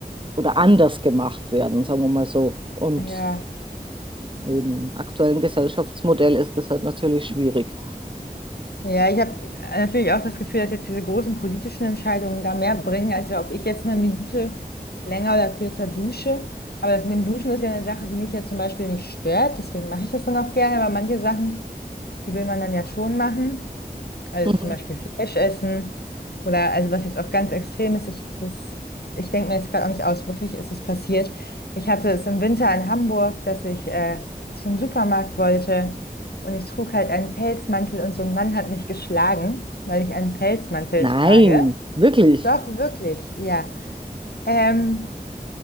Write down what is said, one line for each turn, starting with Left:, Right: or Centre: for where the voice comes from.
Right: oder anders gemacht werden, sagen wir mal so. Und
Left: Ja.
Right: im aktuellen Gesellschaftsmodell ist das halt natürlich schwierig.
Left: Ja, ich habe natürlich auch das Gefühl, dass jetzt diese großen politischen Entscheidungen da mehr bringen, als ob ich jetzt eine Minute länger oder kürzer dusche. Aber das mit dem Duschen ist ja eine Sache, die mich ja zum Beispiel nicht stört. Deswegen mache ich das dann auch gerne. Aber manche Sachen, die will man dann ja schon machen. Also
Right: Mhm.
Left: zum Beispiel Fleisch essen oder also was jetzt auch ganz extrem ist, ich, das- ich denke mir jetzt gerade auch nicht aus, wirklich ist es passiert. Ich hatte es im Winter in Hamburg, dass ich äh, zum Supermarkt wollte und ich trug halt einen Pelzmantel und so ein Mann hat mich geschlagen, weil ich einen Pelzmantel
Right: Nein,
Left: trage.
Right: wirklich.
Left: Doch, wirklich, ja. Ähm,